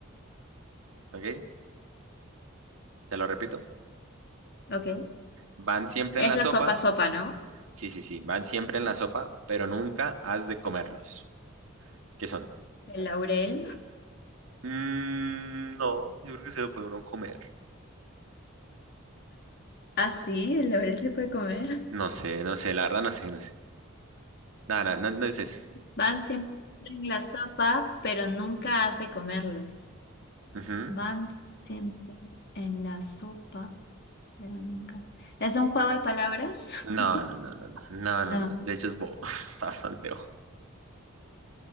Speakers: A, on the right (about 90°); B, on the left (about 55°).
A: ¿Ok? Te lo repito.
B: Ok.
A: Van siempre
B: Es
A: en la
B: la
A: sopa,
B: sopa sopa, ¿no?
A: Sí, sí, sí, van siempre en la sopa, pero nunca has de comerlos. ¿Qué son?
B: El laurel.
A: Mm, no, yo creo que se lo puede uno comer.
B: Ah, sí, el laurel se puede comer.
A: No sé, no sé, la verdad no sé, no sé. No, no, no, no es eso.
B: Van siempre en la sopa, pero nunca has de comerlos.
A: Ujú.
B: Van siempre en la sopa, pero nunca. ¿Es un juego de palabras?
A: No,
B: <laughs>
A: no, no, no, no, no, no,
B: No.
A: no. De hecho es bobo, <laughs> está bastante bobo.